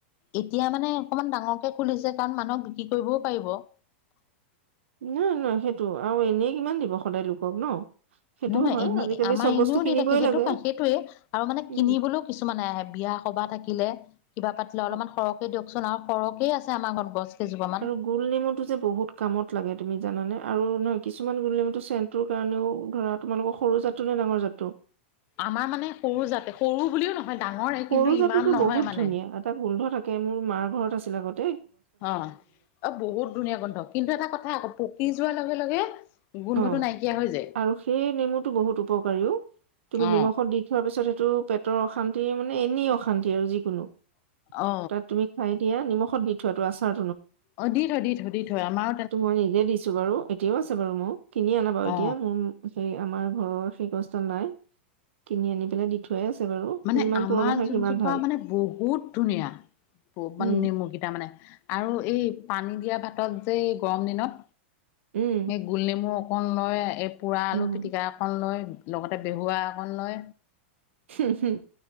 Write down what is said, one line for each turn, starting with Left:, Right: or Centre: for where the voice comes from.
Left: এতিয়া মানে অকমান ডাঙৰকে খুলিছে কাৰণ মানুহক বিক্ৰী কৰিবও পাৰিব। <unintelligible>
Right: নহয় নহয় সেইটো আৰু এনেই কিমান দিব সদায় লোকক ন। সেইটো
Left: নহয় নহয়
Right: হয়
Left: এনে
Right: আজিকালি
Left: আমাৰ
Right: চব বস্তু
Left: এনেও
Right: কিনিবই
Left: দি থাকে সেইটো
Right: লাগে।
Left: কাৰণ সেইটয়ে আৰু মানে
Right: উম।
Left: কিনিবলৈও কিছুমানে আহে বিয়া। সবা থাকিলে কিবা পাতিলে অলপমান
Right: অ,
Left: সৰহকে দিয়কচোন আৰু সৰহকে আছে আমাৰ ঘৰত গছ। কেইজোপামান
Right: আৰু গোল নেমুটো যে বহুত কামত লাগে তুমি জানানে আৰু নহ। কিছুমান গুলনেমু চেনটোৰ কাৰণেও ধৰা তোমালোকৰ সৰু জাতটো নে ডাঙৰ জাতটো।
Left: আমাৰ মানে সৰু যাতে সৰু বুলিও নহয়। ডাঙৰে কিন্তু
Right: সুৰুজহঁতটো
Left: ইমান নহয়
Right: বহুত
Left: মানে
Right: ধুনীয়া। এটা গোন্ধ থাকে মোৰ মাৰ ঘৰত আছিল আগত।
Left: অঁহ্‌, অ বহুত ধুনীয়া গোন্ধ কিন্তু এটা কথা আক' পকি যোৱাৰ লগে লগে। গোন্ধটো
Right: অঁ
Left: নাইকিয়া হৈ যায়
Right: আৰু সেই নেমুটো বহুত উপকাৰি ও। তুমি
Left: অ
Right: নিমখত দি থোৱাৰ পিছত সেইটো পেটৰ অশান্তি মানে, এনেই অশান্তি আৰু যি। কোনো
Left: অ
Right: তাক তুমি খোৱাই দিয়া। নিমখত দি থোৱাটো আচাৰ
Left: অঁ, দি থয়, দি থয়, দি থয় আমাৰ।
Right: এইটো মই নিজে দিছো বাৰু। এতিয়াও আছে বাৰু মোৰ। কিনি অনা বাৰু।
Left: অ
Right: এতিয়া মোৰ, সেই আমাৰ ঘৰৰ কষ্ট নাই। কিনি আনি পেলাই দি থোৱাই আছে বাৰু।
Left: মানে
Right: যিমান
Left: আমাৰ
Right: পুৰণা হয়
Left: যোন্‌জোপা
Right: সিমান ভাল।
Left: মানে বহুত ধুনীয়া। বহু মানে
Right: উম,
Left: নিমুকেইটা মানে আৰু এই পানী দিয়া ভাতত যে এই গৰম দিনত,
Right: উম,
Left: সেই গোল নেমু। অকণ লৈ, এই পোৰা আলু
Right: উম,
Left: পিতিকা অকন লৈ, লগতে বেহুৱা অকণ লৈ।
Right: হোঁহ্‌-হোঁহ্‌,